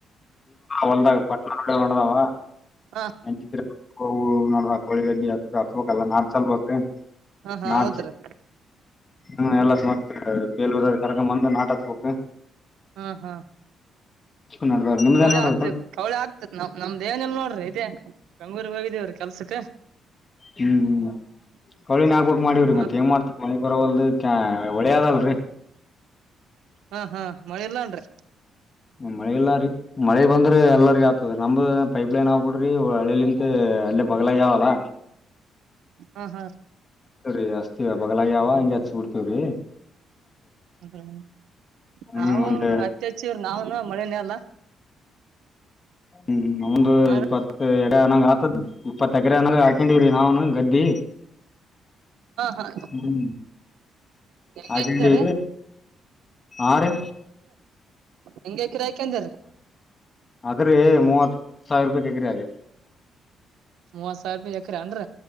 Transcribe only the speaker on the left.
ಹೊದಾಗ ಪಟ್ಟ ಮಾಡದಾವ <unintelligible>
ಎಂಟು ಕಿಲೋ ಮೀಟರ್ಕೂ ವೂ, ನೋಡ್ರ ಕೊಳಿಡ್ಡಿ ಚ್ಬೇಕಲ್ಲ ನಾಟ್ ಸಲ್ಬೇಕು
ನಾಟ್
ಹ್ಮ ಎಲ್ಲ ಮ ಬೇಲ್ <unintelligible> ಕರಕ ಬಂದು ನಾಟಕ ಬುಕ್
ನಡದವ್ರ ನಿಮ್ದೇನ್
ನಡದ
ಕೆಲ್ಸ
ಹ್ಮ್ ಹ್ಮ್ ಕಳಿನ ಆಗ್ಬೇಕಕ್ ಮಾಡವ್ರಿ
ಮತ್ತೆ ಏನ್ ಮಾಡ್ತ ಮಳಿ ಬರವಲ್ದ ಚಾ ಎ ಒಡೆಯದ ಅಲ್ರಿ
ಮಳೆ ಇಲ್ಲಾರಿ ಮಳೆ ಬಂದ್ರೆ ಎಲ್ಲರಿಗ ಆತದ ನಮ್ದ ಪೈಪ್ ಲೈನ್ ಆಗ್ಬಿಡ್ರಿ ಹಳ್ಳಿಲಿಂತ ಅಳ್ಳೆ ಬಗ್ಲಾಗ್ಯಾವಲ್ಲ
ಸರಿ ಅಸ್ತವ ಬಲಾಗ್ಯಾವ ಹಿಂಗ ಹಚ್ ಬಿಡ್ತವ್ರೀ
ಹ್ಮ್
ಒಂದ
ಹ್ಮ್ ನಮ್ದ
ಇಪ್ಪತ್ತು ಎಡೆ ಅಂಗ್ ಆತದ ಇಪ್ಪತ್ತ ಎಕರೆ ಅನಂಗ ಹಾಕೊಂಡಿವವ್ರಿ ನಾವ್ನು ಗದ್ದಿ
ಹ್ಮ
ಆಗಿಲ್ರಿ ಆ ರಿ
ಅದ ರಿ ಮೂವತ್ ಸಾವಿರ ರೂಪಾಯಿಕ್ ಎಕ್ರೆ ರಿ